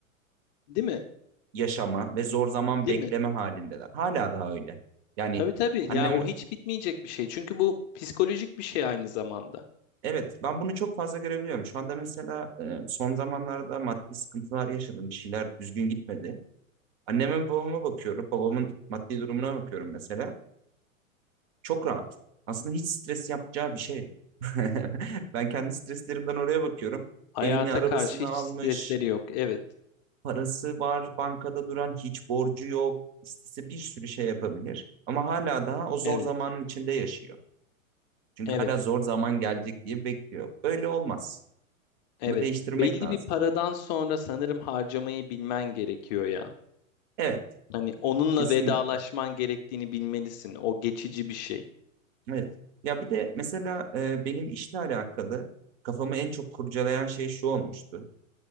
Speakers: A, on the left (about 35°); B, on the right (about 45°).
A: Değil mi?
B: yaşama ve zor zaman
A: Değil
B: bekleme
A: mi?
B: halindeler. Hala daha öyle. Yani
A: Tabii tabii.
B: annem,
A: Ya o hiç bitmeyecek bir şey. Çünkü bu psikolojik bir şey aynı zamanda.
B: evet ben bunu çok fazla görebiliyorum. Şu anda mesela e, son zamanlarda maddi sıkıntılar yaşadım, bir şeyler düzgün gitmedi. Anneme babama bakıyorum. Babamın maddi durumuna bakıyorum mesela. Çok rahat. Aslında hiç stres yapacağı bir şey yok. <laughs> Ben kendi streslerimden oraya bakıyorum.
A: Hayata
B: Evini, arabasını
A: karşı hiç
B: almış,
A: stresleri yok. Evet,
B: parası var, bankada duran, hiç borcu yok. İstese bir sürü şey yapabilir. Ama hala daha o zor
A: evet,
B: zamanın içinde yaşıyor. Çünkü
A: evet,
B: hala zor zaman gelecek diye bekliyor. Böyle olmaz.
A: evet.
B: Bunu değiştirmek
A: Belli
B: lazım.
A: bir paradan sonra sanırım harcamayı bilmen gerekiyor ya.
B: Evet,
A: Hani onunla
B: kesinlikle.
A: vedalaşman gerektiğini bilmelisin. O geçici bir şey.
B: Evet. Ya bir de mesela e, benim işle alakalı kafamı en çok kurcalayan şey şu olmuştu.